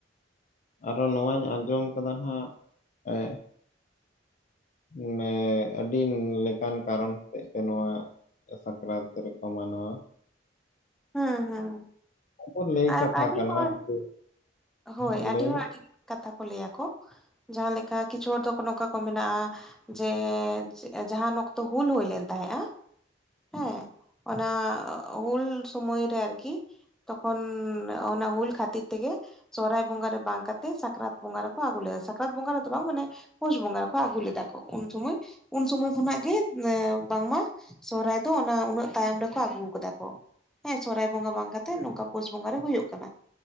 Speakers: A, on the left; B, in the centre.
A: ᱟᱨᱚ ᱱᱚᱣᱟᱧ ᱟᱸᱡᱚᱢ ᱟᱠᱟᱫᱟ ᱱᱟᱜ ᱮ ᱢᱟᱱᱮ ᱟᱹᱰᱤ ᱞᱮᱠᱟᱱ ᱠᱟᱨᱚᱱ ᱦᱚᱛᱮᱡ ᱛᱮ ᱱᱚᱣᱟ ᱥᱟᱠᱨᱟᱛ ᱨᱮᱠᱚ ᱢᱟᱱᱟᱣᱟ
B: ᱦᱮᱸ ᱦᱮᱸ
A: ᱟᱵᱚ ᱞᱟᱹᱭ
B: ᱟᱨ
A: ᱠᱟᱛᱷᱟ
B: ᱟᱹᱰᱤ
A: ᱠᱟᱱᱟ
B: ᱦᱚᱲ
A: ᱡᱮ,
B: ᱦᱳᱭ
A: ᱦᱮᱸ
B: ᱟᱹᱰᱤ
A: ᱞᱟᱹᱭ
B: ᱦᱚᱲ
A: ᱢᱮ
B: ᱟᱹᱰᱤ ᱞᱮᱠᱟᱱ ᱠᱟᱛᱷᱟ ᱠᱚ ᱞᱟᱹᱭᱟᱠᱚ ᱡᱟᱦᱟᱸ ᱞᱮᱠᱟ ᱠᱤᱪᱷᱩ ᱦᱚᱲ ᱫᱚᱠᱚ ᱱᱚᱝᱠᱟ ᱠᱚ ᱢᱮᱱᱟᱜᱼᱟ ᱡᱮ ᱡᱟᱦᱟᱱ ᱚᱠᱛᱚ ᱦᱩᱞ ᱦᱩᱭᱞᱮᱱ ᱛᱟᱦᱮᱸᱫᱼᱟ ᱦᱮᱸ ᱚᱱᱟ ᱦᱩᱞ ᱥᱚᱢᱚᱭ ᱨᱮ ᱟᱨᱠᱤ ᱛᱚᱠᱷᱚᱱ ᱚᱱᱟ ᱦᱩᱞ ᱠᱷᱟᱹᱛᱤᱨ ᱛᱮᱜᱮ ᱥᱚᱨᱦᱟᱭ ᱵᱚᱸᱜᱟ ᱨᱮ ᱵᱟᱝ ᱠᱟᱛᱮ ᱥᱟᱠᱨᱟᱛ ᱵᱚᱸᱜᱟ ᱨᱮᱠᱚ ᱟᱹᱜᱩ ᱞᱮᱫᱟ ᱥᱟᱠᱨᱟᱛ ᱵᱚᱸᱜᱟ ᱨᱮᱫᱚ ᱵᱟᱝ ᱢᱟᱱᱮ ᱯᱩᱥ ᱵᱚᱸᱜᱟ ᱨᱮᱠᱚ ᱟᱹᱜᱩ ᱞᱮᱫᱟ ᱠᱚ ᱩᱱ ᱥᱚᱢᱚᱭ ᱩᱱ ᱥᱚᱢᱚᱭ ᱠᱷᱚᱱᱟᱜ ᱜᱮ ᱮ ᱵᱟᱝᱢᱟ ᱥᱚᱨᱦᱟᱭ ᱫᱚ ᱚᱱᱟ ᱩᱱᱟᱹᱜ ᱛᱟᱭᱚᱢ ᱨᱮᱠᱚ ᱟᱹᱜᱩ ᱟᱠᱟᱫᱟ ᱠᱚ ᱦᱮᱸ ᱥᱚᱨᱦᱟᱭ ᱵᱚᱸᱜᱟ ᱵᱟᱝ ᱠᱟᱛᱮ ᱱᱚᱝᱠᱟ ᱯᱩᱥ ᱵᱚᱸᱜᱟ ᱨᱮ ᱦᱩᱭᱩᱜ ᱠᱟᱱᱟ